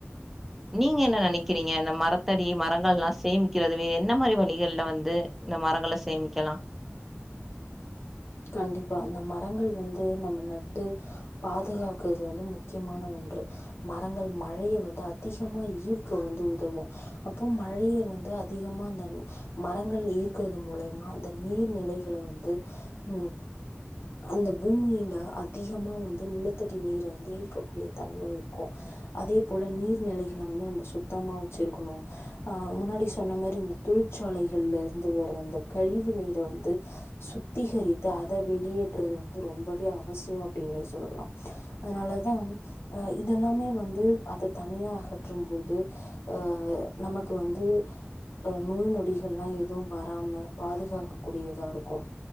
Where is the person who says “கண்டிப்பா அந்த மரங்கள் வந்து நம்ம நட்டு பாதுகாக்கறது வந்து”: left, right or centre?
Left